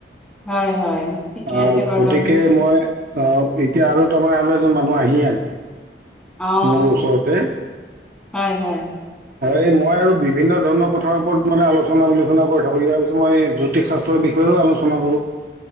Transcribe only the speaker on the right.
আ,
গতিকে
মই আ, এতিয়া আৰু তাৰমানে আৰু এজন মানুহ আহি আছে
মোৰ ওচৰতে
এই মই আৰু বিভিন্ন ৰৌন প্ৰথাৰ ওপৰত মানে আলোচনা বিলোচনা কৰি থাকো, ইয়াৰ পিছত মই জ্যোতিষ শাস্ত্ৰৰ বিষয়েও আলোচনা কৰোঁ।